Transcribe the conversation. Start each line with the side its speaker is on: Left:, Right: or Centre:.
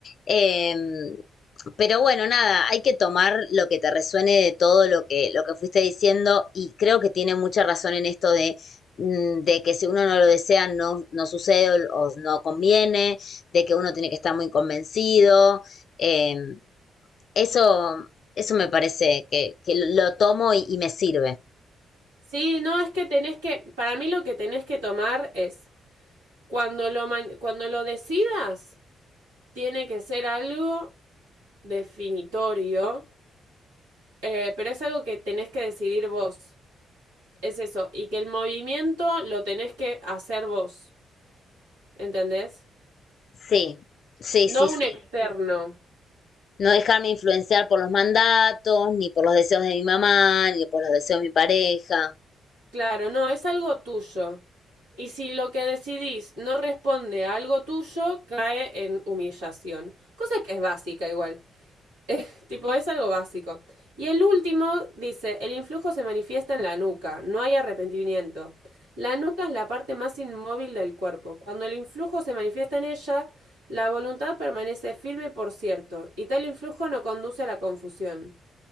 Left: Em, pero bueno, nada, hay que tomar lo que te resuene de todo lo que, lo que fuiste diciendo y creo que tiene mucha razón en esto de, mm, de que si uno no lo desea no, no sucede o, o no conviene, de que uno tiene que estar muy convencido. Em, eso, eso me parece que, que lo tomo y, y me sirve.
Right: Sí, no, es que tenés que, para mí lo que tenés que tomar es, cuando lo, man- cuando lo decidas, tiene que ser algo definitorio, eh, pero es algo que tenés que decidir vos. Es eso, y que el movimiento lo tenés que hacer vos, ¿entendés?
Left: Sí, sí, sí,
Right: No
Left: sí.
Right: un externo.
Left: No dejarme influenciar por los mandatos, ni por los deseos de mi mamá, ni por los deseos de mi pareja.
Right: Claro, no, es algo tuyo. Y si lo que decidís no responde a algo tuyo, cae en humillación. Cosa que es básica igual. <laughs> Eh, tipo, es algo básico. Y el último dice, el influjo se manifiesta en la nuca, no hay arrepentimiento. La nuca es la parte más inmóvil del cuerpo. Cuando el influjo se manifiesta en ella, la voluntad permanece firme por cierto, y tal influjo no conduce a la confusión.